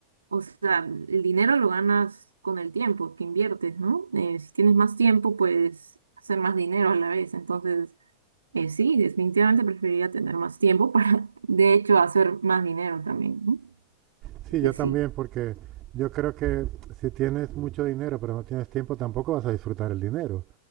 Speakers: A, on the right; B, on the right.
A: o sea, el dinero lo ganas con el tiempo que inviertes, ¿no? Eh, si tienes más tiempo, puedes hacer más dinero a la vez. Entonces, eh, sí, definitivamente preferiría tener más tiempo para, <laughs> de hecho, hacer más dinero también, ¿no?
B: Sí,
A: Porque
B: yo
A: sí.
B: también, porque yo creo que si tienes mucho dinero pero no tienes tiempo, tampoco vas a disfrutar el dinero.